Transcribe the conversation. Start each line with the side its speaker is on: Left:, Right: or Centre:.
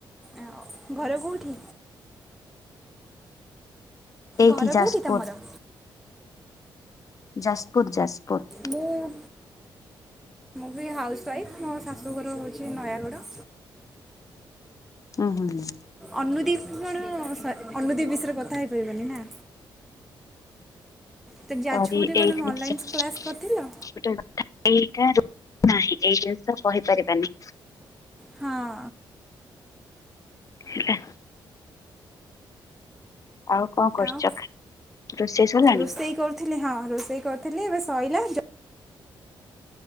Centre: ଆଉ ଘର କୋଉଠି?
Left: ଏଇଠି
Centre: ଘର
Left: ଯାଜପୁର
Centre: କୋଉଠି ତମର?
Left: ଯାସୁପୁର ଯାସପୁର।
Centre: ମୁଁ ମୁଁ ବି ହାଉସ୍ ୱାଇଫ୍ ମୋ ଶାଶୁଘର ହଉଚି ନୟାଗଡ଼।
Left: ଉଁ ହୁଁ ହୁଁ।
Centre: ଅନୁଦୀପ କଣ ସ ଅନୁଦୀପ ବିଷୟରେ କଥା ହେଇପାରିବନି ନା। ତ ଯାଜପୁରରେ
Left: ଅରି
Centre: କଣ
Left: ଏଇ <unintelligible>
Centre: ତମେ ଅନଲାଇନ୍ କ୍ଲାସ୍ କରିଥିଲ?
Left: ଏଇଟା ନାହିଁ ଏଇ ଜିନିଷ କହିପାରିବାନି।
Centre: ହଁ।
Left: ହେଲା? ଆଉ କଁ କରଚ
Centre: ଆଉ
Left: ଖା ରୋଷେଇ ସରଲାଣି?
Centre: ରୋଷେଇ କରୁଥିଲି ହଁ ରୋଷେଇ କରିଥିଲି ଏବେ ସଇଲା, ଯ